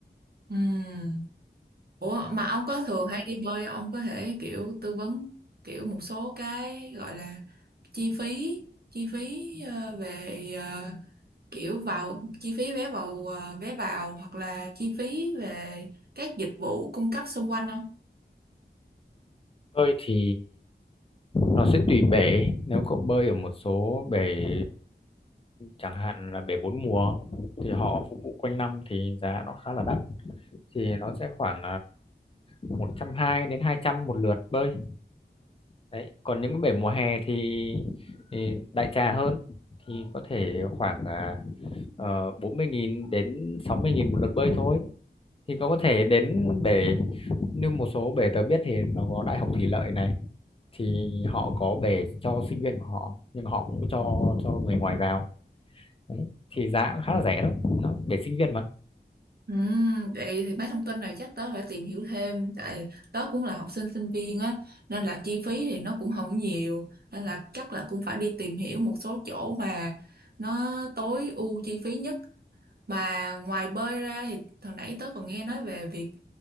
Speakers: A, on the right; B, on the left.
A: ừ ủa mà ông có thường hay đi bơi không? ông có thể kiểu tư vấn kiểu một số cái gọi là chi phí chi phí ờ, về ờ, kiểu vào chi phí vé vào à, vé vào hoặc là chi phí về các dịch vụ cung cấp xung quanh không?
B: bơi thì nó sẽ tùy bể nếu cậu bơi ở một số bể chẳng hạn là bể bốn mùa thì họ phục vụ quanh năm thì giá nó khá là đắt thì nó sẽ khoảng uh, một trăm hai mươi đến hai trăm một lượt bơi đấy còn những cái bể mùa hè thì, thì đại trà hơn thì có thể khoảng uh, 40.000 đến 60.000 một lượt bơi thôi thì cậu có thể đến bể như một số bể tớ biết thì nó có Đại học Thủy lợi này thì họ có bể cho sinh viên của họ nhưng họ cũng cho cho người ngoài vào đấy thì giá cũng khá là rẻ đó nó để sinh viên mà
A: Ừ, vậy thì mấy thông tin này chắc tớ phải tìm hiểu thêm tại tớ cũng là học sinh sinh viên á nên là chi phí thì nó cũng không nhiều nên là chắc là cũng phải đi tìm hiểu một số chỗ mà nó tối ưu chi phí nhất mà ngoài bơi ra thì hồi nãy tớ còn nghe nói về việc